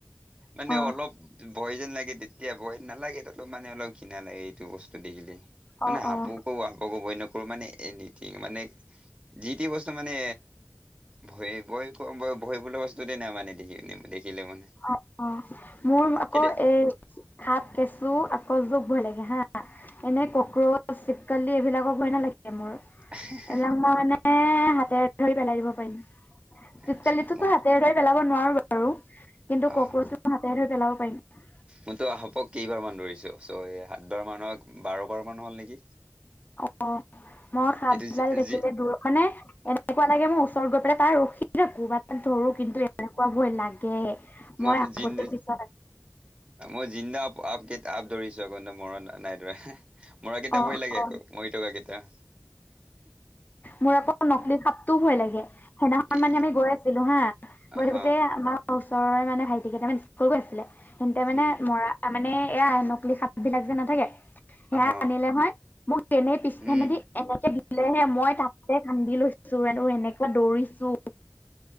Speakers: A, on the right (about 25°); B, on the left (about 35°).
A: মানে
B: অ
A: অলপ ভয় যেন লাগে তেতিয়া ভয় নালাগে তলপ মানে অলপ কিণা লাগে এইটো বস্তু দেখিলে। মানে
B: অ
A: হাপো
B: অ
A: কো হাপকো বই নকৰো মানে এনিথিং মানে যিটি বস্তু মানে ভয় ভয় খোৱা ভয় বোলা বস্তু নাই মানে, দেখি দেখিলে মানে।
B: অ' অ', মোৰ আকৌ
A: কেতিয়া
B: এই খাপ, কেঁচু আকৌ যুক ভয় লাগে হা। এনে কক্ৰচ, চিপকালি এইবিলাকক ভয় নালাগে মোৰ।
A: <unintelligible>
B: এইবিলাক মই মানে হাতেৰে ধৰি পেলাই দিব পাৰিম। চীপকলিতোটো
A: আচ্ছা মই
B: হাতেৰে ধৰি পেলাব নোৱাৰো বা কিন্তু
A: আহা
B: কক্ৰচটো হাতেৰে ধৰি পেলাব পাৰিম।
A: মইতো সাপক কেইবাৰমান ধৰিছোঁ, ছ' এই সাতবাৰ মানা বাৰ বাৰমান হ'ল নেকি?
B: অ', মই সাপ
A: এইটো যি
B: দাল দেখিলে
A: যি
B: দূৰ, মানে এনেকুৱা লাগে মোৰ ওচৰত গৈ পেলাই তাৰ ৰখি কবাত এটা ধৰো কিন্তু এনেকুৱা ভয় লাগে।
A: মই
B: আগতে
A: জিন্দ
B: পিছত
A: মই জিন্দা আপ আপ কে আপ ধৰিছো আকৌ, মৰা নাইদৰা <unintelligible> মৰা কেইটা
B: অ',
A: ভয় লাগে
B: অ'।
A: আকৌ, মৰি থকা কেইটা।
B: মোৰ আকৌ নকলি সাপটোও ভয় লাগে, সেইদিনাখন
A: ই
B: মানে আমি গৈ আছিলো হা গৈ থাকোতে
A: হা
B: আমাৰ ওচৰৰে মানে ভাইটি কেইটামানে স্কুল গৈছিলে, সিহঁতে মানে
A: উম
B: মৰা তাৰমানে এয়া নকলি সাপবিলাক যে নাথাকে, সেয়া
A: হ
B: আনিলে হয় মোক এনেই পি
A: উম
B: সেনেদি এনেকে দিলেহে মই তাতে কান্দি লৈছো, আৰু এনেকুৱা দৌৰিছো।